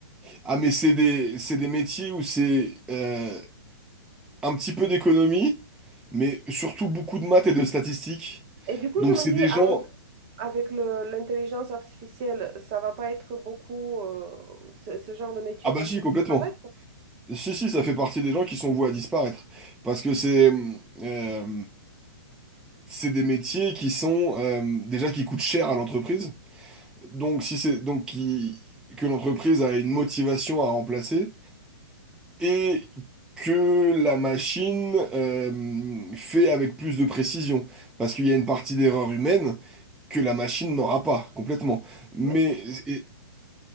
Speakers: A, in the centre; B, on the right.
A: Ah mais c'est des, c'est des métiers où c'est euh, un petit peu d'économie, mais surtout beaucoup de maths et de statistiques.
B: Et du coup,
A: Donc
B: je me
A: c'est
B: dis,
A: des
B: avec
A: gens...
B: Avec le- l'intelligence artificielle, ça va pas être beaucoup, euh, ce, ce genre de métier
A: Ah bah
B: va pas
A: si, complètement.
B: disparaître.
A: Si, si, ça fait partie des gens qui sont voués à disparaître. Parce que c'est euh, c'est des métiers qui sont euh, déjà qui coûtent cher à l'entreprise. Donc, si c'est donc qui, que l'entreprise a une motivation à remplacer et que la machine euh, fait avec plus de précision. Parce qu'il y a une partie d'erreur humaine que la machine n'aura pas complètement. Mais,
B: Mais,
A: et-